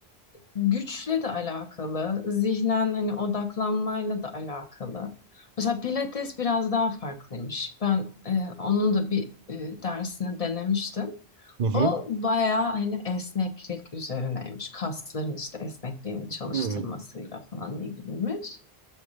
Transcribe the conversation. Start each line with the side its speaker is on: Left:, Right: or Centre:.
Left: güçle de alakalı, zihnen hani odaklanmayla da alakalı. Mesela Pilates biraz daha farklıymış. Ben e, onun da bir e, dersini denemiştim.
Right: Hı hı.
Left: O bayağı hani esneklik üzerineymiş. Kasların işte esnekliğini çalıştırmasıyla
Right: Hmm.
Left: falan ilgiliymiş.